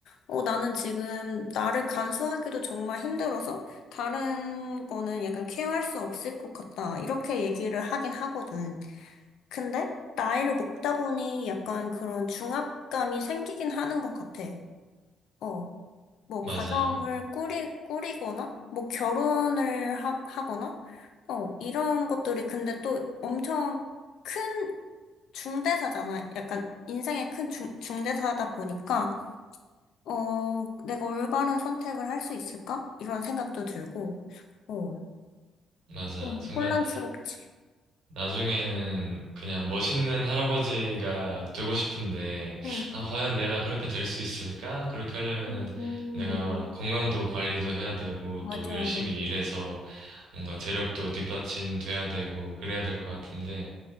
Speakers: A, on the left; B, on the right.
A: 어, 나는 지금 나를 간수하기도 정말 힘들어서 다른 거는 약간 케어할 수 없을 것 같다. 이렇게 얘기를 하긴 하거든. 근데 나이를 먹다 보니 약간 그런 중압감이 생기긴 하는 것 같아. 어. 뭐
B: 맞아,
A: 가정을 꾸리, 꾸리거나 뭐 결혼을 하, 하거나 어 이런 것들이 근데 또 엄청 큰 중대사잖아. 약간 인생의 큰 중, 중대사다 보니까 어 내가 올바른 선택을 할 수 있을까? 이런 생각도 들고 어
B: 맞아.
A: 좀
B: 정말
A: 혼란스럽지.
B: 나중에는 그냥 멋있는 할아버지가 되고 싶은데,
A: 응.
B: 아, 과연 내가 그렇게 될 수 있을까? 그렇게 하려면은
A: 음,
B: 내가 건강도 관리도 해야 되고,
A: 맞아.
B: 또 열심히
A: 어,
B: 일해서 뭔가 재력도 뒷받침돼야 되고, 그래야 될 것 같은데,